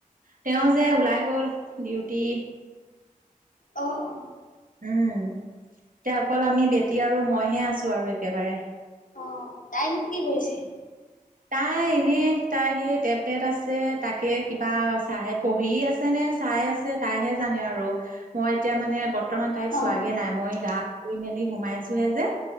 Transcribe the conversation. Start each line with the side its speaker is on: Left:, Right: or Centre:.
Right: তেওঁ যে ওলাই গ'ল ডিউটি।
Left: অঁ অঁ!
Right: উমঁ এতিয়া অকল আমি বেটি আৰু মইহে আছো আৰু একেবাৰে।
Left: অঁ তাইনো কি কৰিছে?
Right: তাই এনে তাই সেই টেবলেট আছে তাকে কিবা চাই পঢ়ি আছে। তেনে চাই আছে তাইহে জানে আৰু মই এতিয়া মানে বত- বৰ্তমান তাইক
Left: অ
Right: চোৱাগে নাই মই গা ধুই মেলি সোমাইছোহে যে